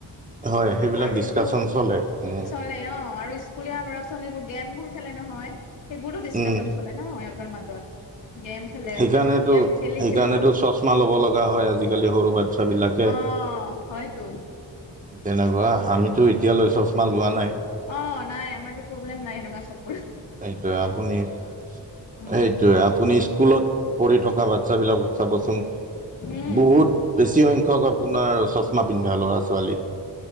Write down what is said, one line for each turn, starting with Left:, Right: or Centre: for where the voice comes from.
Left: <inaudible>
Right: হয় সেইবিলাক
Left: আৰু
Right: ডিছকাশ্যন
Left: তো
Right: চলে উম
Left: চলে অ' আৰু ইস্কু স্কুলীয়া ল'ৰা -ছোৱালীবোৰ গেমবোৰ খেলে নহয় সেইবোৰো ডিচকাচন
Right: উম
Left: চলে ন সিহঁতৰ মাজত। গেম খেলে
Right: সেইকাৰণেতো
Left: গেম
Right: -সেইকাৰণেতো
Left: খেলি খেলিতো
Right: চছমা ল'ব লগা হয় আজিকালি সৰু বাচ্ছাবিলাকে।
Left: অহ -হয়তো।
Right: তেনেকুৱা আমিতো এতিয়ালৈ চছমা লোৱা নাই।
Left: অ নাই আমাৰো প্ৰব্লেম নাই সনেকুৱা চব।
Right: সেইটোৱে
Left: উম
Right: আপুনি স্কুলত পঢ়ি থকা বাচছাবিলকক চাবচোন
Left: উম
Right: বহুত বেছিসংখ্যক আপোনাৰ চছমা পিন্ধা ল'ৰা -ছোৱালী।